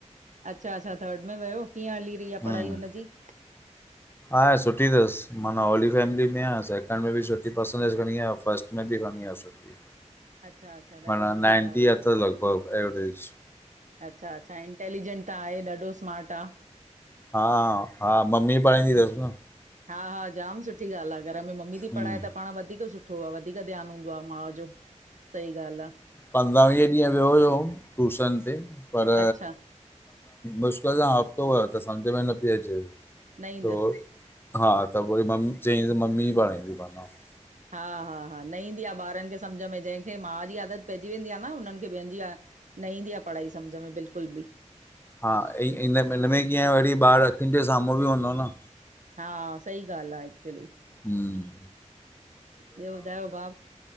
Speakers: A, on the right; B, on the left.
A: अच्छा अच्छा थर्ड में वियो कीअं हली रही आहे
B: हम्म
A: पढ़ाई हुनजी।
B: आहे सुठी अथसि माना हऑली फैमिली में आहेयां सेकेंंड में बि सुठी पर्सेंटेज खणी आयो फर्स्ट में बि खणी आहियो सुठी।
A: अच्छा अच्छा
B: माना
A: ॾाढी सुठी
B: नाइंटी
A: ॻाल्हि आहे
B: अथस लॻभॻ एवरेज।
A: अच्छा अच्छा इंटेलिजेंट त आहे ॾाढो स्मार्ट आ।
B: हा हा मम्मी पढ़ाईंदी अथसि न।
A: हा हा जाम सुठी ॻाल्हि आहे घर में मम्मी थी
B: हम्म
A: पढ़ाए त पाण वधीक सुठो। सुठो आहे वधीक ध्यानु हूंदो आहे माउ जो सही ॻाल्हि आ।
B: पंद्रावीह ॾींहं वियो हुयउमि टूशन ते पर
A: अच्छा
B: मुश्किल सां हफ़्तो वयो त सम्झ में न पई अचे।
A: न
B: त
A: ईंदसि
B: हा त वरी मम चई त मम्मी ई पाई माखे
A: हा हा हा न ईंदी आहे ॿारनि खे सम्झि में जंहिंखे माउ जी आदत पइजी वेंदी आहे न हुनन्हनि खे ॿियनि जी आहे न ईंदी आ, पढ़ाई सम्झ में बिल्कुलु बि।
B: हा, इ हिन इन में कीअं वरी ॿारु अखियुनि जे साम्हूं बि हूंदो न।
A: हा सही ॻाल्हि आ, एक्चुली।
B: हम्म
A: ॿियो ॿुधायो भा?